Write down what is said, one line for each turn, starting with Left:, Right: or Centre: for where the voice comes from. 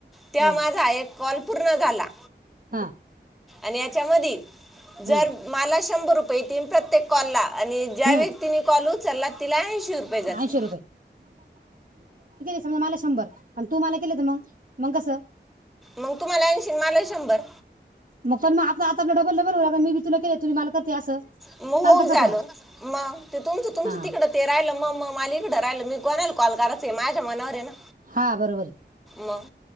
Centre: ते
Right: हा
Centre: माझा एक कॉल. पूर्ण झाला.
Right: हा.
Centre: आणि यांच्यामध्ये. जर
Right: हम्म
Centre: मला शंभर रुपये तीन प्रत्येक. कॉलला. आणि ज्या
Right: हम्म
Centre: व्यक्तीनी कॉल उचलला तिला ऐंशी रुपये जातीत.
Right: ऐंशी तर मला शंभर पण तू मला केले तर मग मग कसं.
Centre: मग तुम्हाला ऐंशी आणि मला शंभर
Right: मग पण मग आपलं आता आपला डबल डबल होणार का मी बी तुला केले. <unintelligible>
Centre: मगं
Right: चालतं
Centre: होऊ झालं.
Right: कसं मग
Centre: मग ते तुमचं तुमच
Right: हा
Centre: तिकडं ते राहिलं मग मग मला इकडं राहिलं मी. <unintelligible> कॉल करायच ये माझ्या मनावर आहे ना
Right: हा बरोबर आहे
Centre: मग.